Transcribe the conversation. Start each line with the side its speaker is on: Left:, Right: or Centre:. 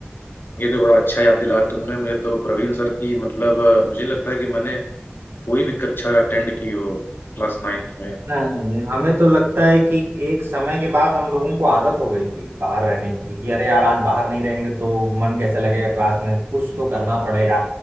Left: ये तो बड़ा अच्छा याद दिलाया तुमने मुझे तो प्रवीण सर की मतलब अ, मुझे नहीं लगता है कि मैंने कोई भी कक्षा अटेंड की हो क्लास नाइन्थ में
Right: नहीं, हमें तो लगता है कि एक समय के बाद हम लोगों को आदत हो गई थी बाहर रहने की कि अरे यार आज बाहर नहीं रहेंगे तो मन कैसे लगेगा क्लास में कुछ तो करना
Left: अब
Right: पड़ेगा